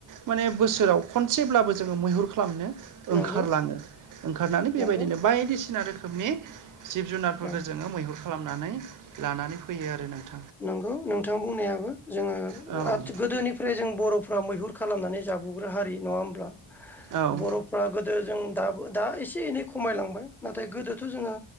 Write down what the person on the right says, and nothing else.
माने बोसोराव खनसेब्लाबो जोङो मैहुर खा खालामनो ओंखारलाङो
ओंखारनानै बेबायदिनो
बायदिसिना रोखोमनि जिब जुनारफोरखौ
जोङो मैहुर खालामनानै लानानै फैयो आरो नोंथां।
औ
औ